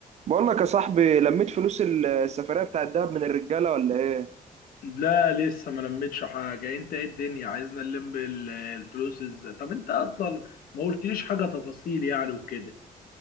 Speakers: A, on the right (about 50°); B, on the left (about 85°).
A: بقول لك يا صاحبي لميت فلوس السفرية بتاعت دهب من الرجالة ولا ايه؟
B: لا لسه ما لميتش حاجة انت ايه الدنيا عايزنا نلم ال- الفلوس ازاي طب انت اصلا ما قلتليش حاجة تفاصيل يعني وكده